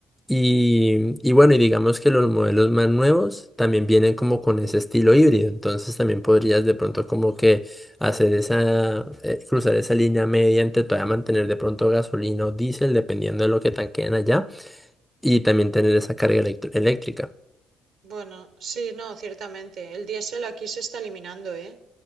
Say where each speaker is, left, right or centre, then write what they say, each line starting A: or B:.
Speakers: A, in the centre; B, on the right.
A: Y, y bueno, y digamos que los modelos más nuevos también vienen como con ese estilo híbrido, entonces también podrías de pronto como que hacer esa, eh, cruzar esa línea media entre todavía mantener de pronto gasolina o diésel, dependiendo de lo que tanqueen allá y también tener esa carga electro- eléctrica.
B: Bueno, sí, no, ciertamente. El diésel aquí se está eliminando, ¿eh?